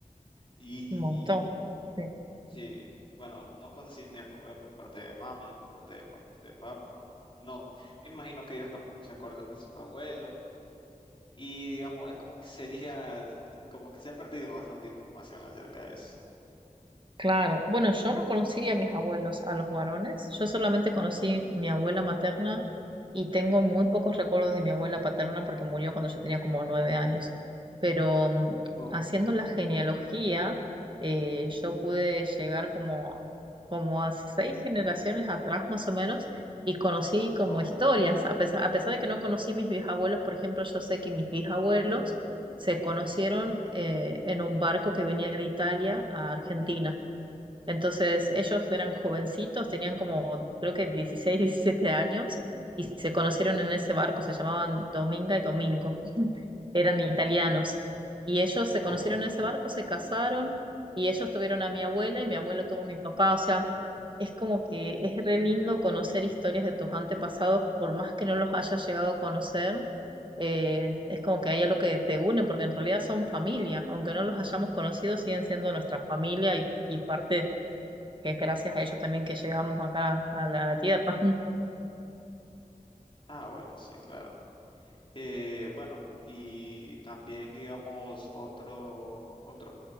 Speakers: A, on the left (about 35°); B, on the right (about 35°).
A: Y
B: Un montón. Sí.
A: sí, bueno, no conocí ni a mi abuelo por parte de mamá ni por parte de, pap- de papá. No, me imagino que ellos tampoco se acuerdan de sus abuelos. Y digamos, es como que sería, como que se ha perdido bastante información acerca de eso.
B: Claro, bueno, yo no conocí a mis abuelos, a los varones, yo solamente conocí mi abuela materna y tengo muy pocos recuerdos de mi abuela paterna porque murió cuando yo tenía como nueve años. Pero mm,
A: O,
B: haciendo la genealogía, eh, yo pude llegar como, como a seis generaciones atrás más o menos y conocí como
A: o,
B: historias, a pesar, a pesar de que no conocí mis bisabuelos, por ejemplo, yo sé que mis bisabuelos se conocieron eh, en un barco que venía de Italia a Argentina. Entonces, ellos eran jovencitos, tenían como, creo que 16, 17 años, y se conocieron en ese barco, se llamaban Dominga y Domingo, eran italianos. Y ellos se
A: o-
B: conocieron en ese barco, se casaron, y ellos tuvieron a mi abuela, y mi abuela tuvo a mi papá. O sea, es como que es re lindo conocer historias de tus antepasados, por más que no los hayas llegado a conocer. eh, es como que hay algo que te une, porque en realidad son familias, aunque no los hayamos conocido, siguen siendo nuestra familia y, y parte que es gracias a ellos también que llegamos acá a la, a la tierra. <laughs>
A: ah, bueno, sí, claro. Eh, bueno, y también digamos otro, otro,